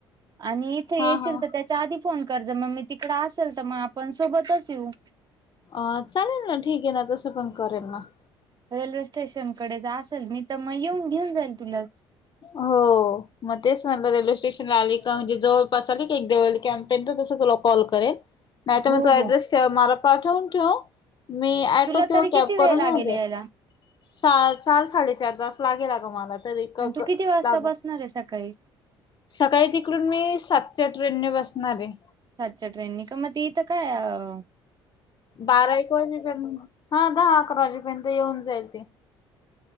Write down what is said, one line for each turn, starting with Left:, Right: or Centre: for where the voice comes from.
Right: आणि - इथं येशील
Left: हा हा
Right: तर त्याच्या आधी फोन कर जर मग मी तिकडे असेल त मग आपण सोबतच येऊ.
Left: अं. चालेल ना. ठीक आहे ना. तसं पण करेल ना.
Right: रेल्वे स्टेशनकडे जर असेल मी तर मग येऊन घेऊन जाईल तुलाच.
Left: हो. म तेच म्हटलं रेल्वे स्टेशनला आली का म्हणजे जवळ - -पास आली का एक देवळाली कॅम्प पर्यंत. तुला कॉल करेल. नाहीतर
Right: हो
Left: मग तू ऍड्रेस
Right: हो.
Left: - त मला पाठवून ठेव. मी ऑटो
Right: तुला
Left: किंवा
Right: तरी किती
Left: कॅब
Right: वेळ
Left: करून
Right: लागेल
Left: येऊन जाईल.
Right: यायला?
Left: सा चार साडेचार तास लागेल अगं मला - तरी क
Right: आणि तू
Left: क
Right: किती वाजता
Left: लागण.
Right: बसणार आहे सकाळी
Left: सकाळी तिक - -डून मी सातच्या ट्रेनने बसणार ए.
Right: सातच्या ट्रेननी का? मग ती इथं का अ -
Left: बारा एक वाजेपर्यंत. हां. दहा अकरा वाजेपर्यंत येऊन जाईल ती.